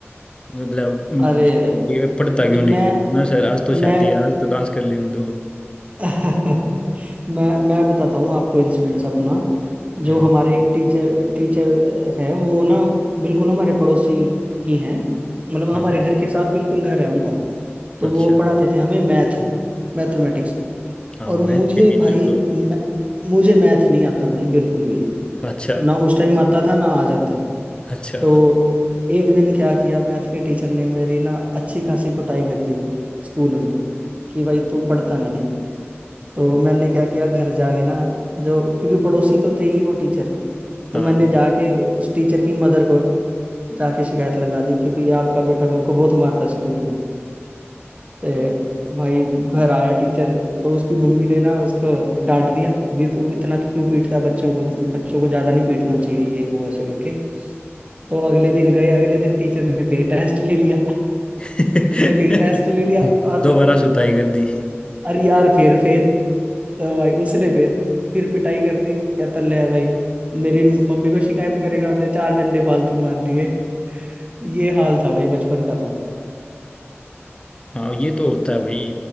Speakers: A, on the left (about 20°); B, on the right (about 30°).
A: मतलब हम्म,
B: अरे
A: ये पढ़ता
B: ज-
A: क्यों नहीं
B: मैं
A: मैं सर आज तो शादी
B: मैं
A: है आज तो डांस कर लेने दो
B: <laughs> मैं मैं बताता हूँ आपको इंसिडेंस अपना जो
A: हम्म
B: हमारे एक टीचर टीचर हैं वो ना बिल्कुल हमारे पड़ोसी ही हैं मतलब हमारे
A: हाँ
B: घर के साथ बिल्कुल घर है उनका तो
A: अच्छा
B: वो पढ़ाते थे हमें मैथ मैथमेटिक्स
A: हाँ
B: और
A: मैथ
B: मुझे
A: के टीचर
B: भाई
A: तो
B: मैं- मुझे मैथ नहीं आता भाई बिल्कुल भी
A: अच्छा
B: ना उस टाइम आता था ना आज आता
A: अच्छा
B: तो एक दिन क्या किया मैथ के टीचर ने मेरी ना अच्छी खासी कुटाई कर दी स्कूल में कि भाई तू पढ़ता नहीं है तो मैंने क्या किया घर जाके ना जो क्योंकि पड़ोसी तो थे ही वो टीचर तो
A: हाँ
B: मैंने जाके उस टीचर की मदर को जाके शिकायत लगा दी कि भाई आपका बेटा मेरे को बहुत मारता है स्कूल में ते भाई घर आया टीचर तो उसकी मम्मी ने ना उसको डांट दिया अभी तू इतना क्यों पीटता है बच्चों को बच्चों को ज्यादा नहीं पीटना चाहिए ये वो ऐसे करके तो अगले दिन गए अगले दिन टीचर ने फिर टेस्ट ले लिया
A: <laughs>
B: उसने फिर टेस्ट ले लिया और
A: दोबारा सुताई कर दी
B: अरे यार फिर फेल तो भाई उसने फिर फिर पिटाई कर दी कहता ले भाई मेरी मम्मी को शिकायत करेगा उसने चार डंडे फालतू मार दिए ये हाल था भाई बचपन का तो
A: हाँ ये तो होता है भाई